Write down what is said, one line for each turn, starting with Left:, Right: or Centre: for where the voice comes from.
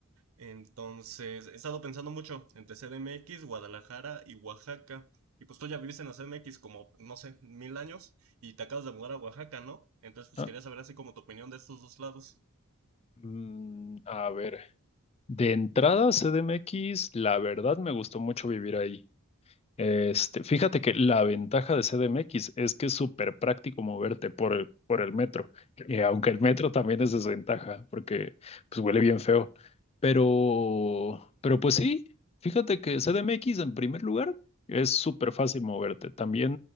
Right: Entonces, he estado pensando mucho entre C D M X, Guadalajara y Oaxaca. Y pues tú ya viviste en la C D M X como, no sé, mil años y te acabas de mudar a Oaxaca, ¿no? Entonces, pues
Left: Ah,
Right: quería saber así como tu opinión de estos dos lados.
Left: mm, a ver, de entrada CDMX, la verdad me gustó mucho vivir ahí. Este, fíjate que la ventaja de CDMX es que es súper práctico moverte por el, por el metro, eh, aunque el metro también es desventaja, porque pues huele bien feo. Pero, pero pues sí, fíjate que CDMX en primer lugar es súper fácil moverte. También